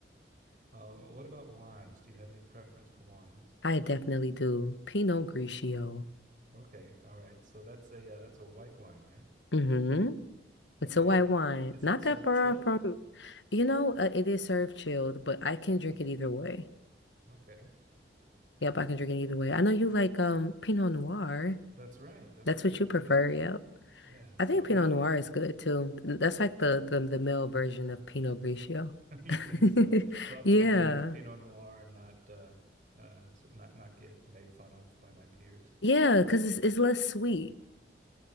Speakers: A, on the right (about 45°); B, on the left (about 90°).
A: Um, what about wines? Do you have any preference for wines?
B: I definitely do. Pinot Grigio.
A: Okay. All right. So that's a yeah, that's a white wine, right?
B: hmm
A: Okay.
B: It's a white
A: And
B: wine.
A: is
B: Not
A: that served
B: that far
A: chilled?
B: from, you know, uh, it is served chilled, but I can drink it either way.
A: Okay.
B: Yep, I can drink it either way. I know you like um Pinot Noir.
A: That's right. That's
B: That's
A: right.
B: what you prefer,
A: Yeah.
B: yep.
A: Yeah. So
B: I think
A: I
B: Pinot
A: like
B: Noir
A: it.
B: is good
A: <laughs>
B: too. That's like the the, the male version of Pinot Grigio.
A: You
B: <laughs>
A: think so? So
B: Yeah.
A: so I can have a Pinot Noir and not uh uh so not not get made fun of by my peers.
B: Yeah, because it's it's less sweet.